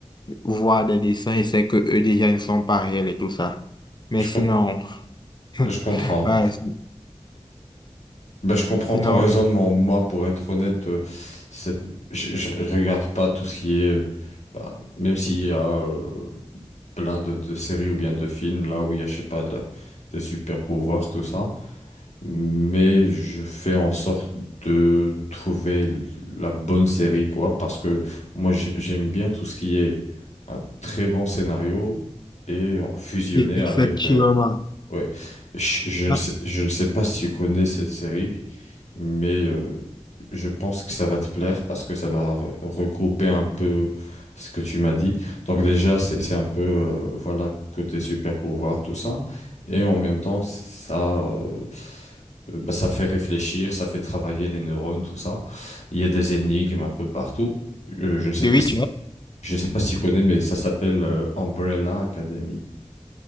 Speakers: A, on the left; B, on the left.
A: voir des dessins et c'est que eux déjà ne sont pas réels et tout ça. Mais
B: Je,
A: sinon,
B: com-
A: <laughs>
B: je comprends.
A: ouais, si,
B: Ben, je comprends
A: sinon,
B: ton raisonnement. Moi, pour être honnête, euh, c'est, je, je je regarde pas tout ce qui est, euh, bah, même s'il y a euh, plein de, de séries ou bien de films là où il y a, je sais pas, de, des super pouvoirs, tout ça. Mais je fais en sorte de trouver la bonne série, quoi, parce que moi, j'ai- j'aime bien tout ce qui est un très bon scénario et fusionné
A: effectivement.
B: avec euh, Ouais. Je, je ne
A: Ah,
B: sais, je ne sais pas si tu connais cette série, mais euh, je pense que ça va te plaire parce que ça va re- regrouper un peu ce que tu m'as dit. Donc déjà, c'est, c'est un peu, euh, voilà, côté super pouvoir, tout ça. Et en même temps, ça, euh, euh, bah, ça fait réfléchir, ça fait travailler les neurones, tout ça. Il y a des énigmes un peu partout. Euh, je ne sais
A: de
B: pas
A: oui,
B: si, je ne sais pas si tu connais, mais ça s'appelle euh, Umbrella Academy.